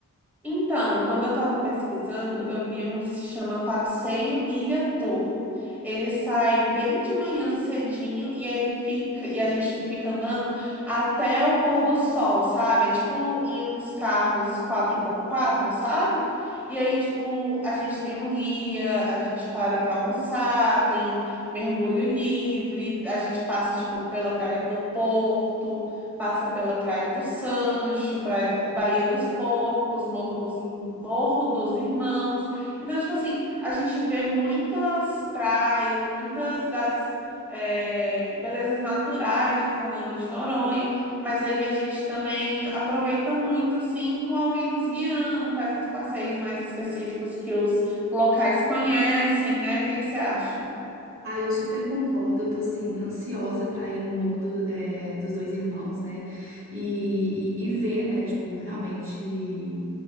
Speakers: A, in the centre; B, on the right.
A: Então, quando eu estava pesquisando, eu vi um que se chama Passeio Ilha Tour. Ele sai bem de manhã cedinho e ele fica e a gente fica andando até o pôr do sol, sabe? É tipo em uns carros quatro por quatro, sabe? E aí, tipo, a gente tem um guia, a gente para para almoçar, tem mergulho livre, a gente passa, tipo, pela Praia do Porto. passa pela Praia do Sancho, Praia, Baía dos Porcos, Morro dos, Morro dos Irmãos. Então, tipo assim, a gente vê muitas praias, muitas das é, belezas naturais de Fernando de Noronha, mas aí a gente também aproveita muito, assim, com alguém nos guiando, faz uns passeios mais específicos que os locais conhecem, né? O que que você acha?
B: Ah, eu super concordo. Eu tô assim, ansiosa pra ir no Morro do- é, dos Dois Irmãos, né? E, e, e ver, né? Tipo, realmente.